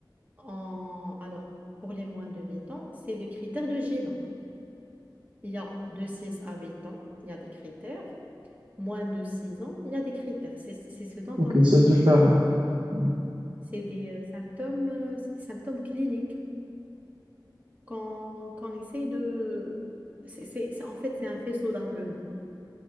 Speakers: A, on the right (about 20°); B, on the right (about 75°).
A: En... Alors, pour les moins de 8 ans, c'est les critères de GINA. Il y a de 6 à 8 ans, il y a des critères. Moins de 6 ans, il y a des critères. C'est c'est ce dont
B: Ok,
A: on...
B: c'est différent. Mm.
A: C'est des euh, symptômes, euh, c'est des symptômes cliniques. qu'on qu'on essaye de... c'est, c'est- c'est- en fait, c'est un faisceau d'arguments.